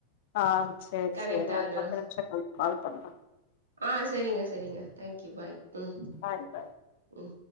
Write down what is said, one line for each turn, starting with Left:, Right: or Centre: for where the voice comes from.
Left: ஆ சேரி
Right: கனெக்ட்
Left: சேரி ஒரு
Right: ஆகலா
Left: பத்து நிமிஷோ கழிச்சி கால் பண்ற
Right: ஆ சரிங்க சரிங்க தேங்க்யூ பாய் ம்
Left: பாய் பாய்
Right: ம்